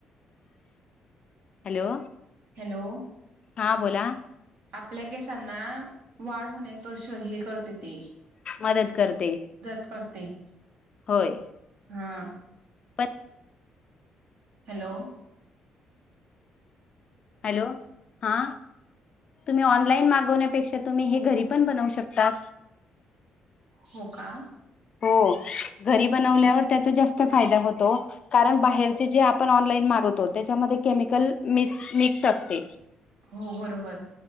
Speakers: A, on the left; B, on the right.
A: हॅलो,
B: हॅलो,
A: हां बोला
B: आपल्या केसांना, वाढ होणे पासून हे करते ती
A: मदत करते.
B: करते.
A: होय.
B: हा,
A: पण
B: हॅलो,
A: हॅलो, हा तुम्ही ऑनलाईन मागवण्यापेक्षा तुम्ही हे घरी पण बनवू शकता.
B: हो का.
A: हो, घरी बनवल्यावर त्याचा जास्त फायदा होतो. कारण बाहेरचे जे आपण ऑनलाईन मागवतो, त्याच्यामध्ये केमिकल मिक्स मिक्स असते.
B: हो बरोबर.